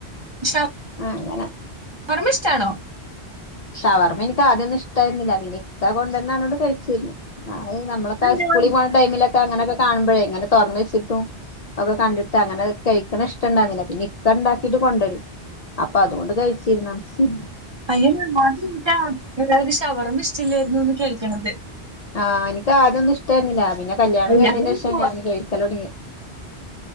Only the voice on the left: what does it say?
അങ്ങനെ
ഷവർമ്മ എനിക്ക് ആദ്യന്നും ഇഷ്ടായിരുന്നില്ല പിന്നെ ഇക്കാ കൊണ്ടര് നായോണ്ട് കഴിച്ച്. അത് നമ്മളൊക്കെ
സ്കൂളിൽ പോണ ടൈമിലൊക്കെ അങ്ങനെയൊക്കെ കാണുമ്പോഴേ ഇങ്ങനെ തുറന്ന വെച്ചിട്ടും. <unintelligible> കണ്ടിട്ട് അങ്ങനെ കഴിക്കണ ഇഷ്ടണ്ടാന്നില്ല പിന്നെ ഇക്ക ഉണ്ടാക്കിട്ട് കൊണ്ടരും. അപ്പൊ അതുകൊണ്ട് കഴിച്ചിരുന്ന <unintelligible>
ആ എനിക്ക് ആദ്യം ഒന്നും ഇഷ്ടമായിരുന്നില്ല, പിന്നെ കല്യാണം
കഴിഞ്ഞേന് ശേഷമാ
ഞാൻ കഴിക്കല് തുടങ്ങിയേ.